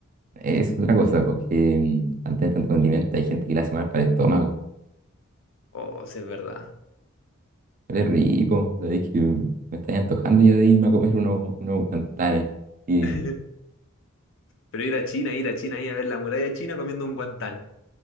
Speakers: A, on the right; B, on the left.
A: Es otra cosa, porque mm, al tener tanto condimento hay gente que le hace mal para el estómago,
B: Oh, sí, es verdad.
A: pero es rico, sabéis que me estoy antojando ya de irme a comer unos unos guantanes. Y,
B: <laughs> Pero ir a China, ir a China, ir a ver la muralla china comiendo un guantán.